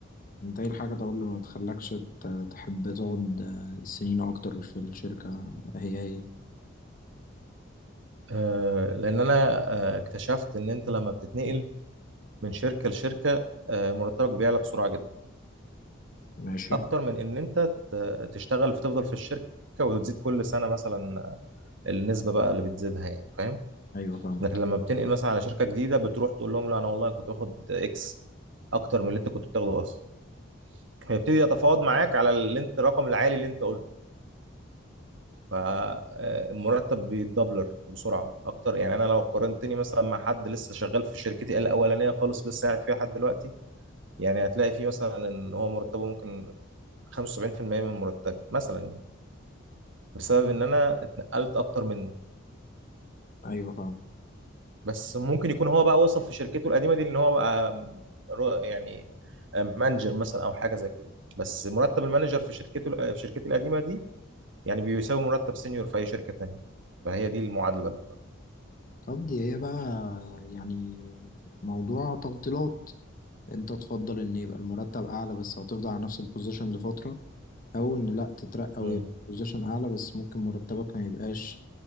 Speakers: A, on the left (about 45°); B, on the right (about 65°).
A: انت ايه الحاجة طبعا اللي ما تخلكش ت- تحب تقعد آه، سنين أكتر في الشركة هي هي
B: أه لان انا آه، اكتشفت ان انت لما بتتنقل من شركه لشركه أه مرتبك بيعلى بسرعه جدا
A: ماشي
B: اكتر من ان انت ت- تشتغل فتفضل في الشركه وتزيد كل سنه مثلا آه، النسبه بقى اللي بتزيدها يعني فاهم
A: أيوة فاهمك
B: لكن لما بتنقل مثلا على شركه جديده بتروح تقول لهم لا انا والله كنت باخد اكس اكتر من اللي انت كنت بتاخده اصلا فيبتدي يتفاوض معاك على اللي انت الرقم العالي اللي انت قلته فالمرتب بيتدبلر بسرعه اكتر يعني انا لو قارنتني مثلا مع حد لسه شغال في شركتي الاولانيه خالص لسه قاعد فيها لحد دلوقتي يعني هتلاقي فيه مثلا ان هو مرتبه ممكن 75% من مرتبي مثلا يعني بسبب ان انا اتنقلت اكتر منه
A: أيوة فاهم
B: بس ممكن يكون هو بقى وصل في شركته القديمه دي ان هو بقى رو- يعني مانجر مثلا او حاجه زي كده بس مرتب المانجر في شركته في شركتي القديمه دي يعني بيساوي مرتب سينيور في اي شركه تانية فهي دي المعادله بقى
A: طب دي هي بقى يعني موضوع تفضيلات انت تفضل ان يبقى المرتب اعلى بس هتفضل على نفس البوزيشن لفترة او ان لا تترقى
B: امم
A: ويبقى بوزيشن اعلى بس ممكن مرتبك ما يبقاش